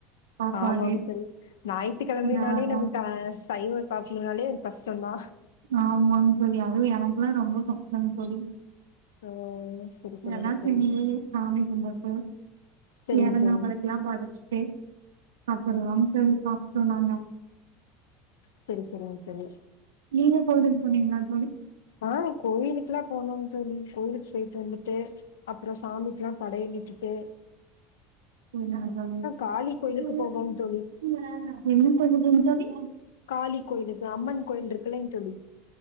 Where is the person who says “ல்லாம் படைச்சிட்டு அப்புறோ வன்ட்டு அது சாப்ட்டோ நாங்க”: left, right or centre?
Right